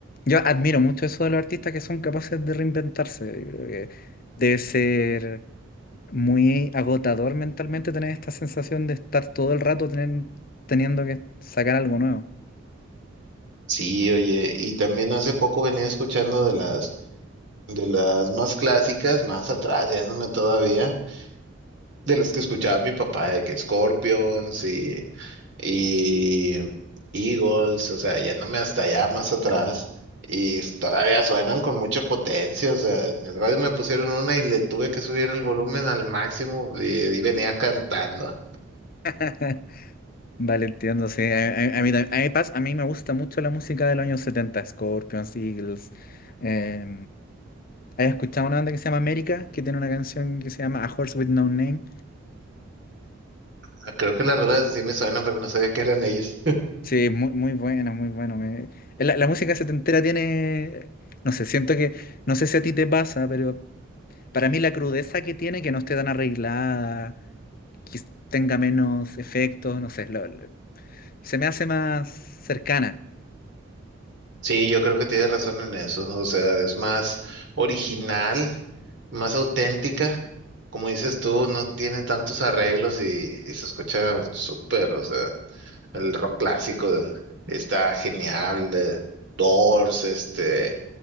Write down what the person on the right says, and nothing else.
Sí, oye, y también hace poco venía escuchando de las De las más clásicas, más atrás, yéndome todavía, de las que escuchaba mi papá, de que Scorpions y, y Eagles, o sea, yéndome hasta allá, más atrás, y todavía suenan con mucha potencia, o sea, en el radio me pusieron una y le tuve que subir el volumen al máximo y, y venía cantando.
Ah, Creo que las rolas sí me suenan, pero no sabía que eran ellos.
Sí, yo creo que tienes razón en eso. O sea, es más original, más auténtica. Como dices tú, no tiene tantos arreglos y, y se escucha súper. O sea, el rock clásico de- está genial. de Doors, este,